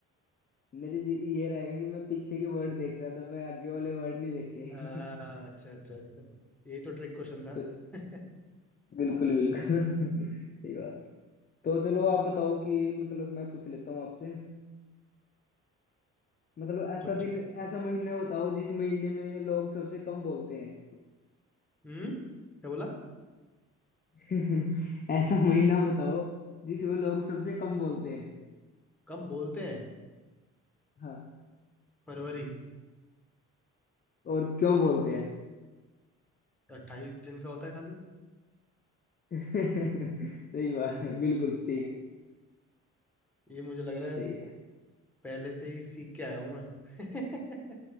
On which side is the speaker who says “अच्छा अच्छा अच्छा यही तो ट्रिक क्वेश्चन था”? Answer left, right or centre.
Centre